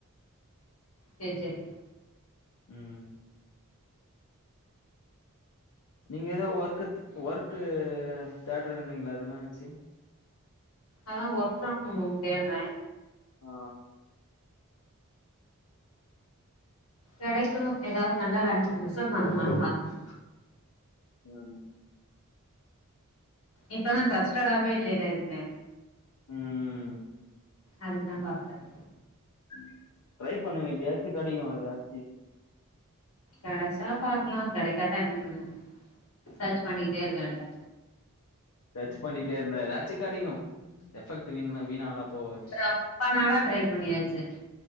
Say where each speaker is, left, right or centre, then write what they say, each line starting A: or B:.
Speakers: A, on the left (about 70°); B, on the left (about 85°).
A: சேர் சேரி
B: ம் நீங்க ஏதோ ஒர்க்கு தே ஒர்க்கு தேட்ரேன்னிங்கீலே அது என்னா ஆச்சு
A: அதா ஒர்க் பிரம் ஹோம்‌ தேட்ரே
B: ஆ
A: கெடைக்குணு எதாவ்து நல்ல வேலையா பெருசா பண்லானு பாக்றே
B: ம்
A: இப்பதா டிரஸ்டடாவே இல்லலே எதுமே
B: ம்
A: அதுக்குதாம் பாக்றது
B: ம் ட்ரைப் பண்ணுங்க எப்டியாச்சு கெடிகு எதாச்சி
A: கெடச்சாப் பாக்கலா கெடைக்காட்டா என்ன பண்ண சர்ச் பண்ணிட்டே இருக்க வேண்டிதா
B: சர்ச் பண்ணிட்டேருந்தா எதாச்சு கெடைகு எஃபெக்ட்டு வீண்ணா வீணாவலாப் போவாது
A: ரொம்ப நாளா ட்ரை பண்ணியாச்சு